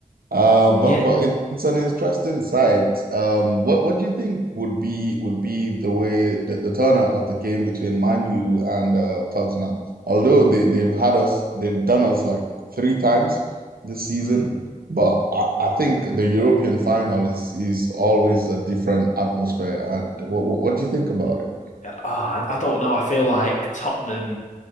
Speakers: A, on the right; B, on the left.
A: Uh, but
B: yeah.
A: but it, it's an interesting site. Um, what what do you think would be would be the way the, the turnout of the game between Man U and uh, Tottenham? Although they they've had us they've done us like three times this season,
B: Mm.
A: but I, I think the European final is is always a different atmosphere. And what what, what do you think about it?
B: ah, I, I don't know. I feel like Tottenham.